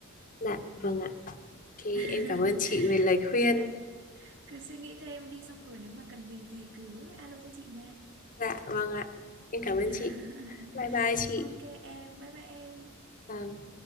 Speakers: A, on the left (about 40°); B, on the right (about 60°).
A: dạ, vâng ạ. Ok,
B: <laughs>
A: em cảm ơn chị về lời khuyên.
B: đấy cứ suy nghĩ thêm đi xong rồi nếu mà cần gì thì cứ alo cho chị nha
A: Dạ, vâng ạ. Em cảm ơn
B: <laughs>
A: chị. Bye bye chị.
B: ok em bye bye em
A: Vâng.